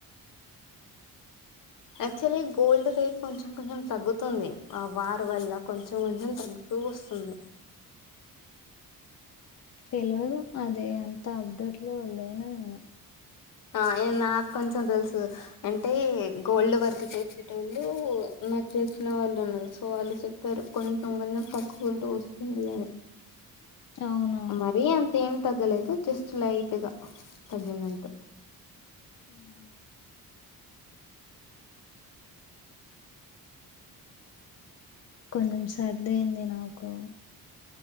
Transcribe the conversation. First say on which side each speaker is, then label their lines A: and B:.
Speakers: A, on the left (about 60°); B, on the left (about 45°).
A: యాక్చువలీ గోల్డ్ రేట్ కొంచెం కొంచెం తగ్గుతుంది ఆ వార్ వల్ల కొంచెం కొంచెం తగ్గుతూ వస్తుంది
B: తెలవదు అది అంత అప్డేట్ లో లేనా నేను
A: ఆ నాకు కొంచెం తెలుసు అంటే గోల్డ్ వర్క్ చేసేటోళ్ళు నట్ చేసిన వాళ్ళు ఉన్నారు సో వాళ్ళు చెప్పారు కొంచెం కొంచెం పక్కుకుంటూ వస్తుంది అని
B: అవునా
A: మరీ అంతేం తగ్గలేదు జస్ట్ లైట్ గా తగ్గిందంతే
B: ఊహూ కొంచెం సర్ది అయ్యింది నాకు